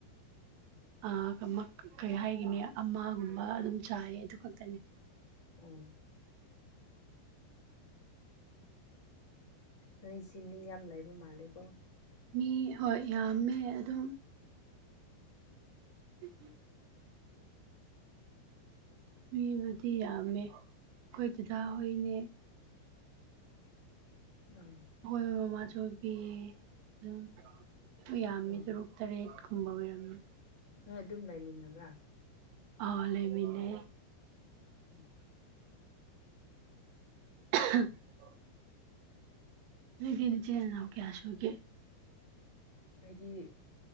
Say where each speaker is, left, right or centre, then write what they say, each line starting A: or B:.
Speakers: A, on the right; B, on the left.
A: ꯑ ꯀꯩ ꯍꯥꯏꯒꯅꯦ ꯑꯃꯒꯨꯝꯕ ꯑꯗꯨꯝ ꯆꯥꯏꯌꯦ ꯑꯗꯨ ꯈꯛꯇꯅꯤ
B: ꯑꯣ ꯅꯣꯏ ꯆꯃꯤ ꯌꯥꯝ ꯂꯩꯕ ꯃꯥꯜꯂꯤꯀꯣ
A: ꯃꯤ ꯍꯣꯏ ꯌꯥꯝꯃꯦ ꯑꯗꯨꯝ ꯎꯝ ꯎꯝ ꯃꯤꯕꯨꯗꯤ ꯌꯥꯝꯃꯦ ꯑꯩꯈꯣꯏ ꯑꯗꯨꯗꯥ ꯍꯣꯏꯅꯦ
B: ꯎꯝ
A: ꯑꯩꯣꯏ ꯃꯃꯥꯁꯨꯕꯤ ꯑꯗꯨꯝ ꯌꯥꯝꯃꯤ
B: ꯑꯣ
A: ꯇꯔꯨꯛ ꯇꯔꯦꯠꯀꯨꯝꯕ ꯑꯣꯏꯔꯝꯃꯤ
B: ꯍꯣꯏ ꯑꯗꯨꯝ ꯂꯩꯃꯤꯟꯅꯕ꯭ꯔꯥ
A: ꯑ ꯂꯩꯃꯤꯅꯦ
B: ꯎꯝ
A: <unintelligible> ꯅꯣꯏꯗꯤ ꯏꯆꯦꯜ ꯏꯅꯥꯎ ꯀꯌꯥ ꯁ ꯑꯣꯏꯒꯦ
B: ꯑꯩꯗꯤ